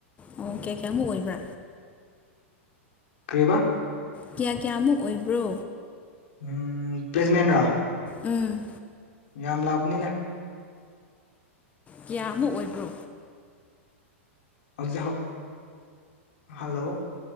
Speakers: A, on the left (about 20°); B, on the left (about 70°).
A: ꯑꯣ ꯀꯌꯥ ꯀꯌꯥꯃꯨꯛ ꯑꯣꯏꯕ꯭ꯔꯥ
B: ꯀ꯭ꯔꯤꯕꯥ
A: ꯀꯌꯥ ꯀꯌꯥꯃꯨꯛ ꯑꯣꯏꯕ꯭ꯔꯣ
B: ꯎꯝ ꯄ꯭ꯂꯦꯁꯃꯦꯟ꯭ ꯂꯣ
A: ꯎꯝ
B: ꯌꯥꯝ ꯂꯥꯛꯄꯅꯤꯅ
A: ꯀꯌꯥꯃꯨꯛ ꯑꯣꯏꯕ꯭ꯔꯣ
B: ꯖꯍꯣ ꯍꯜꯂꯣ